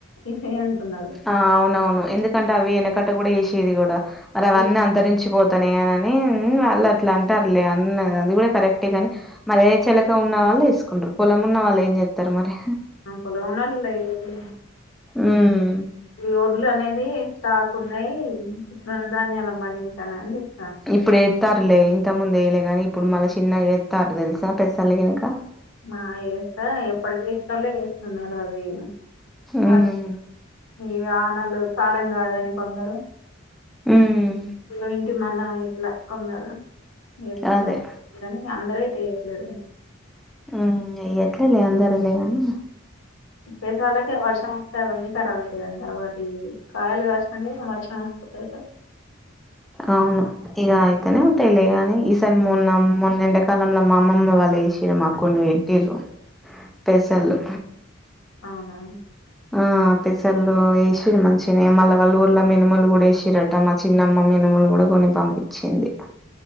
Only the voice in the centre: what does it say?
ఆ అవునవును ఎందుకంటే అవి యెనకట గూడ ఏసేది గూడ మరి అవన్నీ
అంతరించి వచ్చి పోతేనే అని ఆల్లు అట్లా అంటారు లే అన్న ఆది గూడా కరెక్ట్ గని మరి ఏ చెలక్ ఉన్న వాళ్ళు వేసుకుంటారు పొలం ఉన్న వాళ్ళు ఏం చేత్తరు మరి
ఉమ్
ఇప్పుడు ఎత్తారులే ఇంత ముందు వేయ్యలేగాని ఇప్పుడు మళ్ళా చిన్నగా ఎత్తారు తేలుసా పెసల్లు గినక
ఉమ్
ఉమ్
అదే
ఉ ఏయ్యట్లే లే అందరు లే గాని
అవును ఇగ అయితేనే ఉంటాయిలే గాని ఈసారి మొన్న మొన్న ఎండకాలంలో మా అమ్మమ్మ వాళ్ళు ఏసి టిరు మాకు కొన్ని పెట్టిర్రు పెసల్లు
ఆ పెసల్లు వేసి మంచిగానే మళ్ళీ వాళ్ళు ఊర్ల మినుమలు కూడా వేసిర్రట మా చిన్నమ్మ మినుములు కూడా కొన్ని పంపించింది